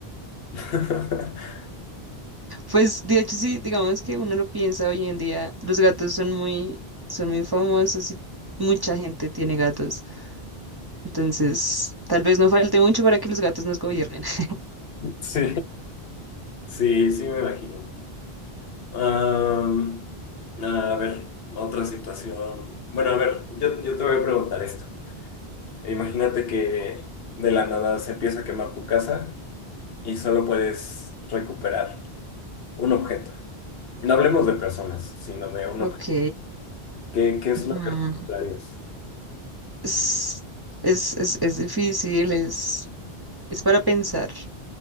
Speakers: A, on the left; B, on the right.
A: <laughs>
B: pues de hecho sí, digamos que uno lo piensa hoy en día, los gatos son muy, son muy famosos y mucha gente tiene gatos. Entonces, tal vez no falte mucho para que los gatos nos gobiernen. <laughs>
A: Sí, sí, sí me imagino. Am, a ver, otra situación. Bueno, a ver, yo, yo te voy a preguntar esto. Imagínate que de la nada se empieza a quemar tu casa y solo puedes recuperar un objeto. No hablemos de personas, sino de un
B: Ok.
A: objeto. ¿Qué, qué es
B: ujú.
A: Planes.
B: Es, es, es, es difícil, es, es para pensar.